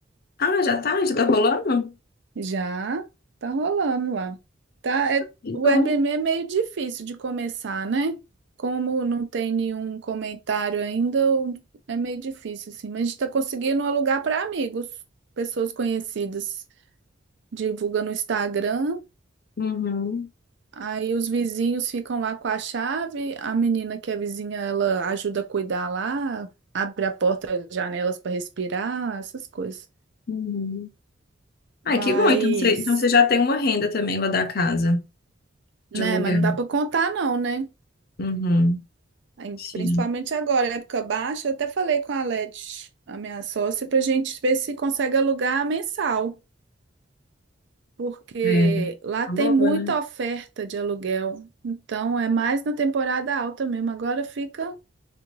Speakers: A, on the left; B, on the right.
A: Ah, já tá? Já tá rolando?
B: Já tá rolando lá. Tá, é-
A: Que
B: o
A: bom.
B: Airbnb é meio difícil de começar, né? Como não tem nenhum comentário ainda, o- é meio difícil, assim. Mas a gente tá conseguindo alugar para amigos, pessoas conhecidas. Divulga no Instagram.
A: Uhum.
B: Aí os vizinhos ficam lá com a chave, a menina que é vizinha, ela ajuda a cuidar lá, abre a porta, janelas para respirar, essas coisas.
A: Uhum. Ai,
B: Mas,
A: que bom. Então você, então você já tem uma renda também lá da casa
B: né,
A: de aluguel.
B: mas não dá para contar não, né?
A: Uhum.
B: Aí,
A: Sim.
B: Principalmente agora, época baixa, eu até falei com a Leti, a minha sócia, para a gente ver se consegue alugar mensal, porque
A: É.
B: lá
A: Tá
B: tem muita
A: boa, né?
B: oferta de aluguel. Então é mais na temporada alta mesmo, agora fica